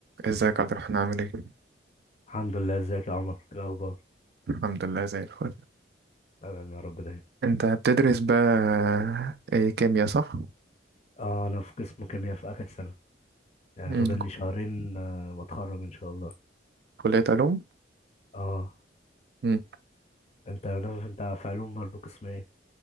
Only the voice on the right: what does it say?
ازيك يا عبد الرحمن عامل ايه؟
الحمد لله زي الفل
انت بتدرس بقى ايه كيمياء صح؟
مم.
كلية علوم؟
مم.